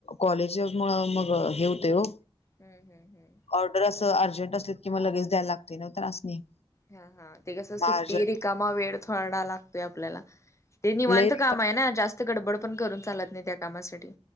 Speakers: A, on the left (about 80°); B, on the left (about 30°).
A: कॉलेज मुळ मग हे होतय हो.
B: हम्म हम्म हम्म.
A: ऑर्डर अस अर्जंट असलीत कि मग लगेच द्यायला लागते न त्यासनी.
B: हा हां ते कस
A: मग
B: सुट्टी
A: अर्जंट
B: रिकामा वेळ थोडा लागतोय आपल्याला. ते निवांत
A: लई
B: काम आहे ना जास्त गडबड पण करून चालत नाही त्या कामासाठी.